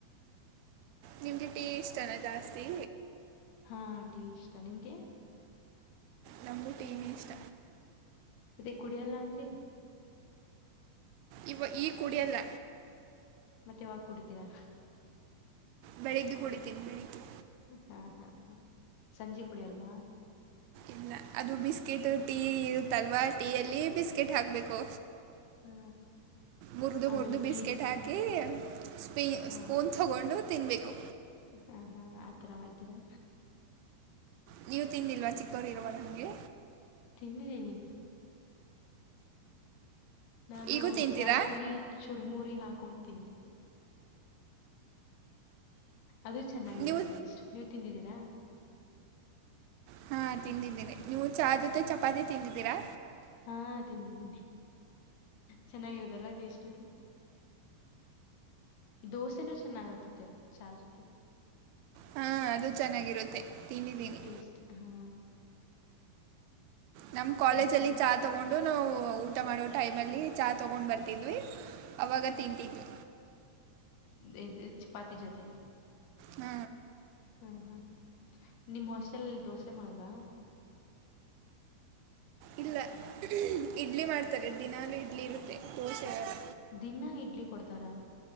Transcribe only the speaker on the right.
ನಿಮ್್ದ ಟೇಸ್ಟ್ ಅನಾ ಜಾಸ್ತಿ
ನಮಗೂ ಟೀ ನೆಇಷ್ಟ
ಇವ ಈ ಕುಡಿಯಲ್ಲ
ಬೆಳಿಗ್ಗೆ ಕುಡಿತೇನೆ ಬೆಳಿಗ್ಗೆ
ಇಲ್ಲ ಅದು ಬಿಸ್ಕೆಟ್ ಟೀ ಇರುತ್ತಲ್ವಾ ಟೀಯಲ್ಲಿ ಬಿಸ್ಕೆಟ್ ಹಾಕ್ಬೇಕು
ಮುರ್ದುು
ಮುರ್ದುು ಬಿಿಸ್ಕಿಟ್
ಹಾಕಿ ಪೇ
ಸ್ಪೂನ್ ತೊಗೊಂಡು <inaudible> ತಿನ್ಬೇಕು
ನೀವು ತಿಂದಿಲ್ವಾ ಚಿಕ್ಕೋರು ಇರುವಳ ಹಗೆ
ಈಗೂ ತಿಂತೀರಾ
ನೀವು
ಹಾ ತಿಂದಿದ್ದೀನಿ ನೀವು ಚಾ ಜೊತೆ ಚಪಾತಿ ತಿಂದಿದ್ದೀರಾ
ಹಾ ಅದು ಚೆನ್ನಾಗಿರುತ್ತೆ ತಿಂದಿದ್ದೀನಿ
ನಮ್ಮ್ ಕಾಲೇಜ
ಅಲ್ಲಿ ಚಾ ತಗೊಂಡು ನಾವು ಊಟ ಮಾಡೋ ಟೈಮ್ ಅಲ್ಲಿ ಚಾ ತಗೊಂಡ್ ಬರ್ತಿದ್ವಿ ಅವಾಗ ತಿಂತಿದ್ವಿ.
ಹ್ಮ್
ಇಲ್ಲ ಇಡ್ಲಿ ಮಾಡ್ತಾರೆ ದಿನಲೂ ಇಡ್ಲಿ ಇರುತ್ತೆ ದೋಸೆ ಇರಲ್ಲ